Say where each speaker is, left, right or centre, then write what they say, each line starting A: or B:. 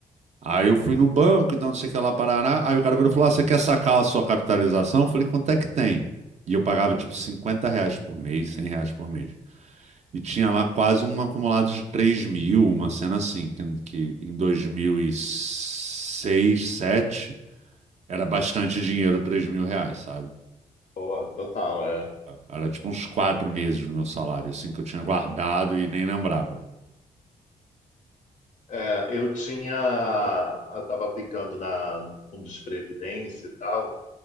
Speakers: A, on the right; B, on the left.
A: Aí eu fui no banco e tal, não sei o que lá, parará. Aí o cara virou e falou: ah, você quer sacar a sua capitalização? Eu falei: quanto é que tem? E eu pagava tipo 50 reais por mês, 100 reais por mês. E tinha lá quase um acumulado de 3 mil, uma cena assim, que, que em 2006, sete era bastante dinheiro, 3 mil reais, sabe?
B: Pô, total, é.
A: Era tipo uns quatro meses no meu salário, assim, que eu tinha guardado e nem lembrava.
B: É, eu tinha, eu tava aplicando na, no fundo de previdência e tal,